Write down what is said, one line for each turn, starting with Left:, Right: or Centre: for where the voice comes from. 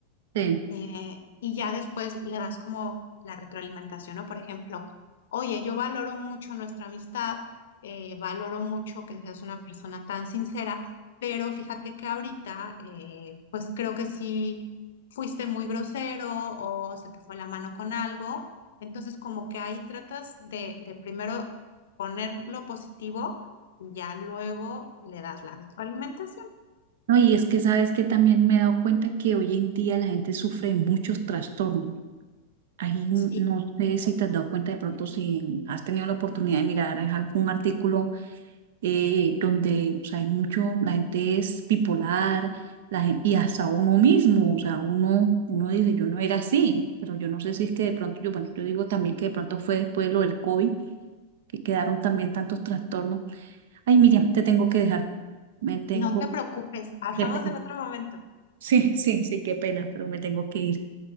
Right: Sí.
Left: eh, y ya después le das como la retroalimentación, ¿no? Por ejemplo, oye, yo valoro mucho nuestra amistad, eh, valoro mucho que seas una persona tan sincera, pero fíjate que ahorita, eh, pues creo que sí fuiste muy grosero o se te fue la mano con algo, entonces como que ahí tratas de, de primero poner lo positivo y ya luego le das la retroalimentación.
Right: No, y es que sabes que también me he dado cuenta que hoy en día la gente sufre de muchos trastornos. Ahí n-
Left: Sí,
Right: no sé si te has dado cuenta de pronto si has tenido la oportunidad de mirar en algún artículo eh, donde o sea, hay mucho, la gente es bipolar, la gente, y hasta uno mismo, o sea, uno, uno dice, yo no era así, pero yo no sé si es que de pronto, yo, bueno, yo digo también que de pronto fue después de lo del COVID, que quedaron también tantos trastornos. Ay, Miriam, te tengo que dejar, me tengo
Left: no te preocupes, <laughs> hablamos
Right: que
Left: en otro momento.
Right: Sí, sí, sí, qué pena, pero me tengo que ir.